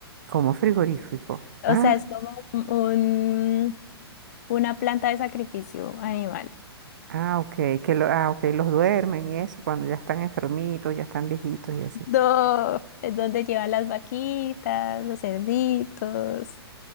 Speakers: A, on the right (about 45°); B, on the left (about 40°).
A: Como frigorífico. Ah,
B: O sea, es como un una planta de sacrificio animal.
A: ah, ok. Que lo, ah, ok, los duermen y eso, cuando ya están enfermitos, ya están viejitos y así.
B: No, es donde llevan las vaquitas, los cerditos,